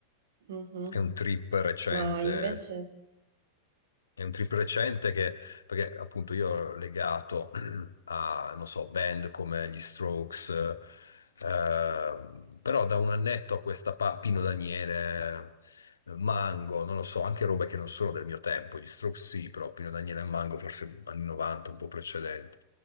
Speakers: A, on the right (about 55°); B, on the left (about 70°).
A: Mhm.
B: È un trip recente
A: Ma invece...
B: è un trip recente che, perché appunto io ero legato <clears throat> a, non so, band come gli Strokes, ehm, però da un annetto a questa pa- Pino Daniele, eh, Mango, non lo so, anche robe che non sono del mio tempo, gli Strokes sì, però Pino Daniele e Mango forse anni 90, un po' precedenti.